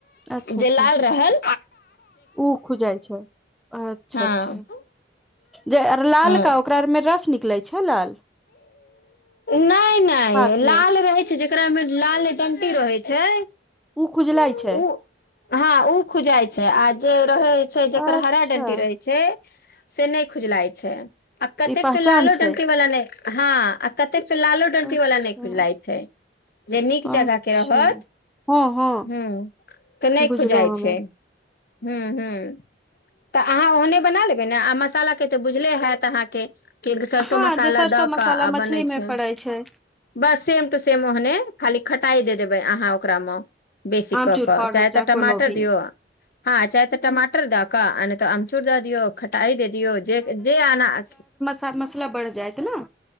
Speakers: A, in the centre; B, on the left.
A: अच्छा
B: जे
A: अच्छा
B: लाल रहल।
A: उ खुजाइ छै। अच्छा-अच्छा,
B: हँ
A: जे लालका।
B: हँ
A: ओकरा आरमे रस निकलै छै लाल
B: नै नै
A: पात
B: लाल
A: मे
B: रहै छै जेकरा मे लाल डंटी रहै छै
A: ऊ खुजलाय
B: उ
A: छै
B: हँ ऊ खुजाइ छै आ जे रहै छै जेकर
A: अच्छा
B: हरा डंटी रहै छै से नै खुजलाय छै आ कतेक
A: ई पहचान
B: तऽ लालो
A: छै
B: डंटी वाला नै हँ क कतेक तऽ लालो डंटी
A: अच्छा
B: वाला नै खुजलाय छै जे नीक
A: अच्छा
B: जगह के रहत
A: हँ हँ
B: हूँ तऽ नै
A: बुझलो
B: खुजाय
A: हमे
B: छै हूँ हूँ तऽ अहाँ ओहने बना लेबै ने आ मसाला इ त बुझले हएत अहाँके सरसो
A: हँ
B: मसाला
A: जे सरसो
B: द
A: मसाला
B: कऽ आ
A: मछली
B: बनै
A: मे
B: छै
A: पड़ै छै
B: बस सेम टु सेम ओहने खाली खटाइ द देबै अहाँ ओकरामे बेसी
A: आमचूर
B: कऽ कऽ
A: पाउडर
B: चाहे तऽ टमाटर
A: कोनो भी
B: दियौ हँ चाहे तऽ टमाटर द कऽ आ नै तऽ अम चूर दए दिययौ खटाइ दे दियौ जे जे आनाया
A: सा मसला बढ़ि जायत न